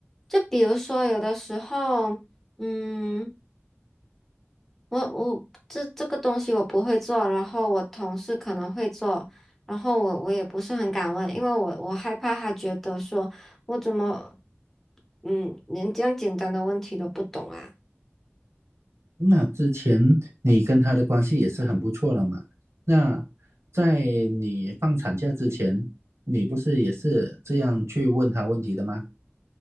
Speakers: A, in the centre; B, on the right (about 80°).
A: 就比如说有的时候，嗯。我我这这个东西我不会做，然后我同事可能会做，然后我我也不是很敢问，因为我我害怕他觉得说我怎么，嗯，连这样简单的问题都不懂啊。
B: 那之前你跟他的关系也是很不错的嘛。那在你放产假之前，你不是也是这样去问他问题的吗？